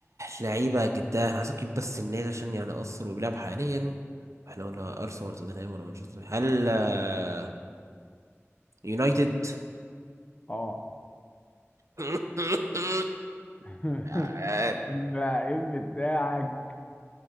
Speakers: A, on the right; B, on the left.
A: لعيبة جدا أنا عايز أجيب بس النادي عشان يعني أثر وبيلعب حاليا احنا قلنا أرسنال ولا توتنهام ولا مانشستر هل آه، يونايتد
B: اه
A: <laughs>
B: <laughs>
A: آه،
B: اللعيب بتاعك